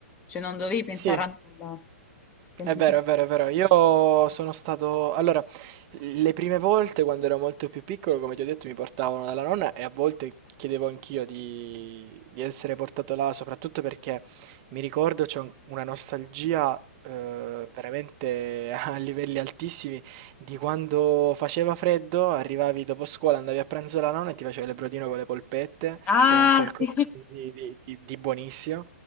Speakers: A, on the left; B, on the right.
A: Cioè non dovevi pensare
B: Sì.
A: a nulla, semplicemente.
B: È vero, è vero, è vero. Io sono stato... Allora, le prime volte quando ero molto più piccolo, come ti ho detto, mi portavano dalla nonna e a volte chiedevo anch'io di, di essere portato là, soprattutto perché mi ricordo c'è un- una nostalgia eh, veramente <laughs> a livelli altissimi di quando faceva freddo, arrivavi dopo scuola, andavi a pranzo alla nonna e ti facevi il brodino con le polpette,
A: Ah,
B: che era un qualcosa
A: sì.
B: di, di di- di buonissimo.